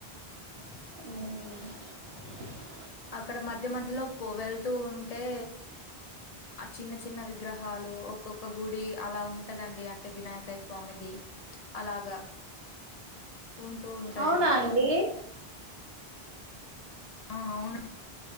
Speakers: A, on the right; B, on the left.
A: అ
B: అక్కడ మధ్య మధ్యలో పోగేళ్తూ ఉంటే ఆ చిన్న చిన్న విగ్రహాలు ఒక్కొక్క గుడి అలా ఉంటదండి అంటే వినాయక స్వామిది అలాగా ఉంటూ ఉంటాయండి
A: అవునా అండి
B: ఆ అవును